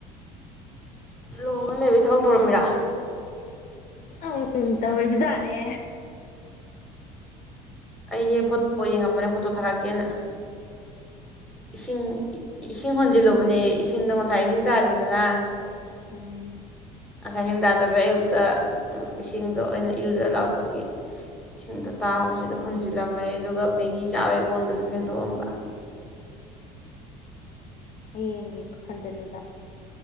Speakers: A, in the centre; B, on the left.
A: ꯂꯣꯡꯉ ꯂꯩꯕꯩ ꯊꯕꯛ ꯇꯧꯔꯝꯃꯤꯔꯥ
B: ꯎꯝ ꯇꯧꯔꯤꯕꯖꯥꯠꯅꯦ
A: ꯑꯩꯖꯦ ꯐꯣꯇꯣ ꯌꯦꯡꯉꯝꯕꯅꯦ ꯐꯣꯇꯣ ꯊꯥꯒꯠꯀꯦꯅ ꯏꯁꯤꯡ ꯏꯁꯤꯡ ꯍꯣꯟ ꯍꯣꯟꯖꯤꯜꯂꯨꯕꯅꯦ ꯏꯁꯤꯡꯗꯣ ꯉꯁꯥꯏ ꯏꯁꯤꯡ ꯇꯥꯗꯦꯗꯅ
B: ꯎꯝ
A: ꯉꯁꯥꯏ ꯏꯁꯤꯡ ꯇꯗꯕꯩ ꯑꯌꯨꯛꯇ ꯏꯁꯤꯡꯗꯣ ꯑꯩꯅ ꯏꯔꯨꯖꯔ ꯂꯥꯛꯄꯒꯤ ꯏꯁꯤꯡꯗꯣ ꯇꯥꯕꯁꯤꯗ ꯍꯨꯟꯖꯤꯜꯂꯝꯕꯅꯦ ꯑꯗꯨꯒ ꯃꯦꯒꯤ ꯆꯥꯕꯩ ꯀꯣꯟꯗꯨꯁꯨ ꯐꯦꯡꯗꯣꯛꯑꯝꯕ
B: ꯍꯌꯦꯡꯒꯤ ꯍꯣꯟꯖꯤꯜꯂꯤꯕ